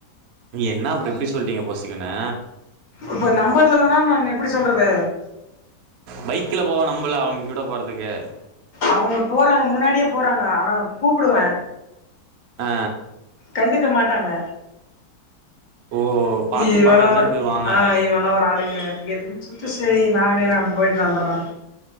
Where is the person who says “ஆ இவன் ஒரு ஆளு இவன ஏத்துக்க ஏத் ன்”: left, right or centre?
Left